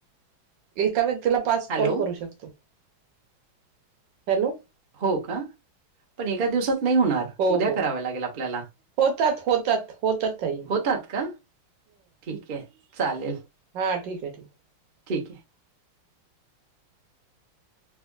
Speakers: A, on the right (about 65°); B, on the right (about 40°).
A: एका व्यक्तीला पाच
B: हॅलो
A: कॉल करू शकतो, हॅलो.
B: हो का पण एका दिवसात नाही होणार.
A: हो
B: उद्या
A: हो
B: कराव्या लागेल आपल्याला,
A: होतात होतात होतात ताई
B: होतात का? ठीक आहे चालेल.
A: हां ठीक आहे, ठीक आहे.
B: ठीक आहे.